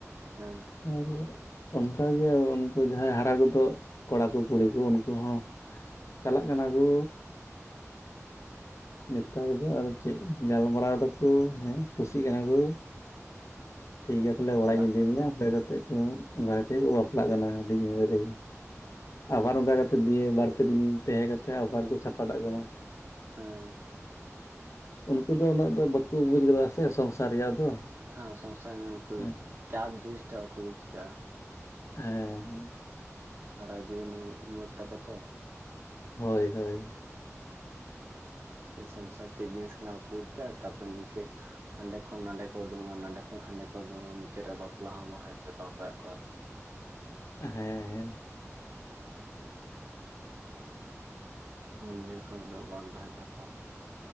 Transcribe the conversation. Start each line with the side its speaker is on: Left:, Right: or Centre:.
Right: ᱦᱟᱸ
Left: <unintelligible> ᱚᱱᱠᱟᱜᱮ ᱩᱱᱠᱩ ᱡᱟᱦᱟᱸᱭ ᱦᱟᱨᱟ ᱜᱚᱫᱚᱜ ᱠᱚᱲᱟ ᱠᱚ ᱠᱩᱲᱤ ᱠᱚ ᱩᱱᱠᱩ ᱦᱚᱸ ᱪᱟᱞᱟᱜ ᱠᱟᱱᱟ ᱠᱚ ᱱᱮᱛᱟᱨ ᱫᱚ ᱟᱨ ᱪᱮᱫ ᱜᱟᱞᱢᱟᱨᱟᱣ ᱫᱟᱠᱚ ᱦᱮᱸ ᱠᱩᱥᱤᱜ ᱠᱟᱱᱟ ᱠᱚ ᱴᱷᱤᱠᱜᱮᱭᱟ ᱛᱟᱦᱚᱞᱮ
Right: ᱟᱨ
Left: ᱚᱲᱟᱜ
Right: ᱪᱟᱞᱟᱜ
Left: ᱤᱧ ᱤᱫᱤ ᱢᱮᱭᱟ ᱦᱮ ᱠᱟᱛᱮᱫ ᱠᱚ ᱚᱱᱟ ᱠᱷᱟᱛᱤᱨ ᱠᱚ ᱵᱟᱯᱞᱟᱜ ᱠᱟᱱᱟ ᱦᱩᱰᱤᱧ ᱩᱢᱮᱨ ᱨᱮᱜᱮ ᱟᱵᱟᱨ ᱚᱱᱠᱟ ᱠᱟᱛᱮᱜ ᱫᱤᱭᱮ ᱵᱟᱨᱯᱮ ᱫᱤᱱ ᱛᱟᱦᱮᱸ ᱠᱟᱛᱮᱫ ᱟᱵᱟᱨ ᱠᱚ ᱪᱷᱟᱯᱟᱰᱟᱜ ᱠᱟᱱᱟ
Right: ᱟᱸ
Left: ᱩᱱᱠᱩ ᱫᱚ ᱩᱱᱟᱹᱜ ᱫᱚ ᱵᱟᱠᱚ ᱵᱩᱡ ᱠᱟᱫᱟ ᱥᱮ ᱥᱚᱝᱥᱟᱨ ᱨᱮᱭᱟᱜ ᱫᱚ
Right: ᱦᱮᱸ ᱥᱚᱝᱥᱟᱨ ᱠᱚ
Left: ᱦᱮᱸ
Right: ᱪᱟᱯ ᱡᱤᱱᱤᱥ ᱴᱟᱜ ᱵᱟᱠᱚ ᱵᱩᱡᱟᱠᱟᱫᱟ
Left: ᱦᱮᱸ ᱦᱮᱸ
Right: ᱥᱟᱨᱟ ᱡᱩᱣᱟᱹᱱ ᱩᱢᱮᱨ ᱛᱟᱠᱚᱛᱚ
Left: ᱦᱳᱭ ᱦᱳᱭ
Right: ᱥᱮ ᱥᱚᱝᱥᱟᱨ ᱪᱮᱫ ᱡᱤᱱᱤᱥ ᱠᱟᱱᱟ ᱵᱟᱠᱚ ᱵᱩᱡᱽ ᱠᱟᱜᱼᱟ ᱛᱟᱨᱯᱚᱨ ᱱᱤᱝᱠᱟᱹ ᱦᱟᱸᱰᱮ ᱠᱷᱚᱱ ᱱᱟᱰᱮ ᱠᱚ ᱩᱰᱩᱝᱼᱟ ᱱᱟᱰᱮ ᱠᱷᱚᱱ ᱦᱟᱸᱰᱮ ᱠᱚ ᱩᱰᱩᱝᱼᱟ ᱢᱩᱪᱟᱹᱫ ᱨᱮ ᱵᱟᱯᱞᱟ ᱦᱚᱸ ᱵᱟᱝ ᱦᱩᱭᱩᱜ ᱛᱟᱠᱚᱣᱟ ᱚᱠᱚᱭᱟᱜ ᱠᱚ
Left: ᱦᱮᱸ ᱦᱮᱸ
Right: ᱵᱩᱡᱷᱟᱹᱣ ᱠᱚᱦᱚ ᱩᱱᱟᱹᱜ ᱵᱟᱝ ᱛᱟᱦᱮᱱ ᱛᱟᱠᱚᱣᱟ